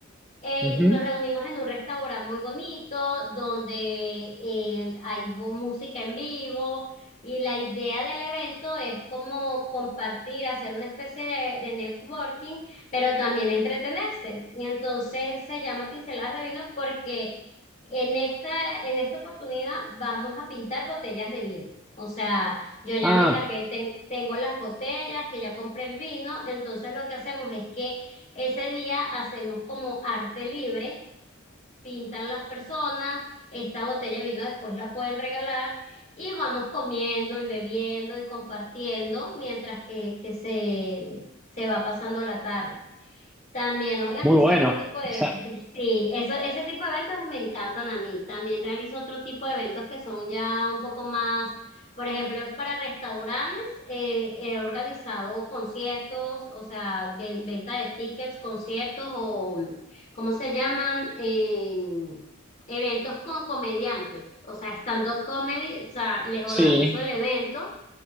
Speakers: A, on the left; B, in the centre.
A: eh,
B: ujú.
A: y nos reunimos en un restaurante muy bonito donde eh, hay bu- música en vivo y la idea del evento es como compartir, hacer una especie de, de networking, pero también entretenerse. Y entonces se llama Pinceladas de Vino porque en esta, en esta oportunidad vamos a pintar botellas de vino. O sea, yo ya
B: Ah,
A: me encargué, ten- tengo las botellas, que ya compré el vino, entonces lo que hacemos es que ese día hacemos como arte libre, pintan las personas, esta botella de vino después la pueden regalar y vamos comiendo y bebiendo y compartiendo mientras que, que se, se va pasando la tarde. También organizo
B: muy bueno.
A: otro tipo de,
B: O sea,
A: <laughs> sí, eso, ese tipo de eventos me encantan a mí. También realizo otro tipo de eventos que son ya un poco más, por ejemplo, para restaurantes, eh, he organizado conciertos, o sea, ven- venta de tickets, conciertos o, ¿cómo se llaman? Eh, eventos con comediantes, o sea, stand-up comedy, o sea, les organizo
B: sí,
A: el evento.